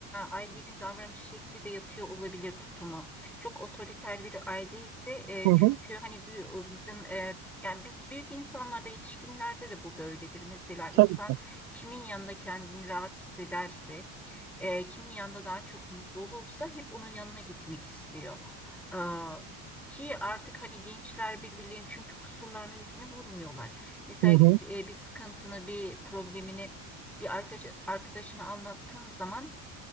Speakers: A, in the centre; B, on the right (about 65°).
A: ailenin davranış şekli de yatıyor olabilir tutumu. Çok otoriter bir aile ise e,
B: Hı
A: çünkü
B: hı.
A: hani bu bizim e, yani biz büyük insanlarda, yetişkinlerde de bu böyledir. Mesela insan
B: Tabii.
A: kimin yanında kendini rahat hissederse e, kimin yanında daha çok mutlu olursa hep onun yanına gitmek istiyor. E, ki artık hani gençler birbirlerinin çünkü kusurlarını yüzüne vurmuyorlar. Mesela
B: Hı
A: gidip
B: hı.
A: e, bir sıkıntını, bir problemini bir arkadaş, arkadaşına anlattığın zaman